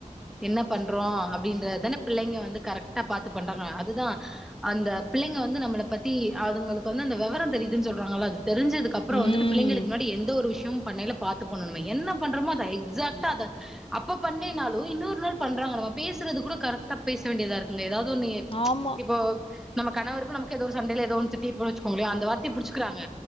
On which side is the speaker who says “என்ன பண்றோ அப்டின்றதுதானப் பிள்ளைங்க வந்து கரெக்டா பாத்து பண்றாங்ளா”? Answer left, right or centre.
Centre